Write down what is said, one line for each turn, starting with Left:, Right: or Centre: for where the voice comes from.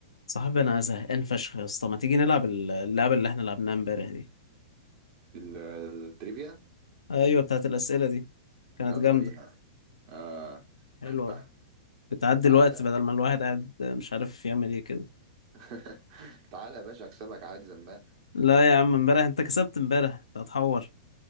Left: صاحبي انا زهقان فشخ يا اسطى ما تيجي نلعب ال- اللعبه اللي احنا لعبناها امبارح دي
Right: ال- التريفيا
Left: ايوه بتاعت الاسئله دي كانت
Right: يلا
Left: جامده
Right: بينا آه
Left: حلوه
Right: بحبها
Left: بتعدي
Right: تعالى
Left: الوقت بدل ما الواحد قاعد مش عارف يعمل ايه كده
Right: <laughs> تعالى يا باشا اكسبك عادي زمان
Left: لا يا عم امبارح انت كسبت امبارح انت هتحور